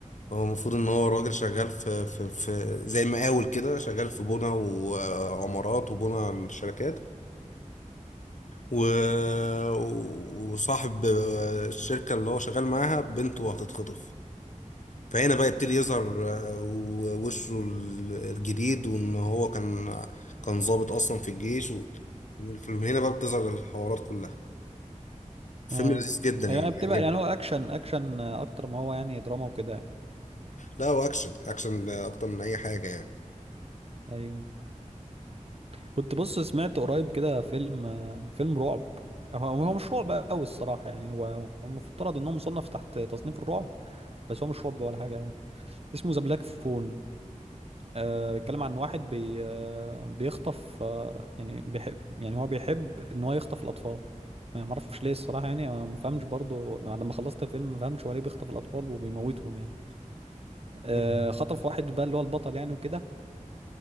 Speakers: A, on the left; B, on the right.
A: هو المفروض ان هو راجل شغال في في في زي مقاول كده شغال في بنى وعمارات وبنى شركات و... وصاحب الشركة اللي هو شغال معاها بنته هتتخطف فهنا بقى يبتدي يظهر آه، وشه الجديد وان هو كان كان ضابط اصلا في الجيش و... من هنا بقى بتظهر الحوارات كلها فيلم
B: اه
A: لذيذ جدا
B: يعني
A: يعني عجبني.
B: بتبقى يعني هو اكشن اكشن اكتر ما هو يعني دراما وكده يعني.
A: لا هو اكشن اكشن اكتر من اي حاجة يعني
B: ايوه كنت بص سمعت قريب كده فيلم فيلم رعب هو هو مش رعب قوي الصراحه يعني هو المفترض ان هو مصنف تحت تصنيف الرعب بس هو مش رعب ولا حاجه قوي اسمه ذا بلاك فون آه بيتكلم عن واحد بي آه بيخطف آه يعني بيحب يعني هو بيحب ان هو يخطف الاطفال ما ما اعرفش ليه الصراحه يعني أنا ما فهمش برضو بعد ما خلصت الفيلم ما فهمتش هو ليه بيخطف الاطفال وبيموتهم يعني آه،
A: مم.
B: خطف واحد بقى اللي هو البطل يعني وكده